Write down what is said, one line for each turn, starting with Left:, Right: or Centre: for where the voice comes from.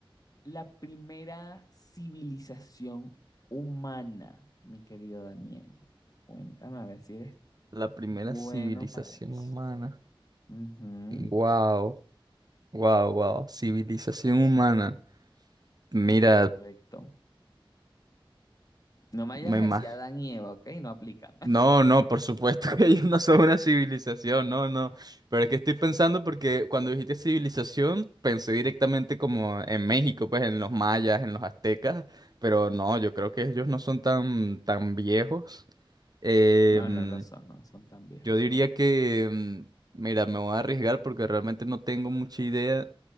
Left: la primera civilización humana, mi querido Daniel? Cuéntame a ver si eres
Right: La primera
Left: bueno
Right: civilización
Left: para eso.
Right: humana.
Left: Ujú,
Right: Wow. Wow, wow, civilización humana. Mira,
Left: correcto. No me vayas
Right: me
Left: a
Right: imagino.
Left: decir Adán y Eva, ¿ok? No aplican. <laughs>
Right: No, no, por supuesto <laughs> que ellos no son una civilización, no, no. Pero es que estoy pensando porque cuando dijiste civilización, pensé directamente como en México, pues en los mayas, en los aztecas, pero no, yo creo que ellos no son tan, tan viejos. Em,
Left: No, no lo son, no son tan viejos,
Right: yo diría
Left: correcto.
Right: que, em, mira, me voy a arriesgar porque realmente no tengo mucha idea.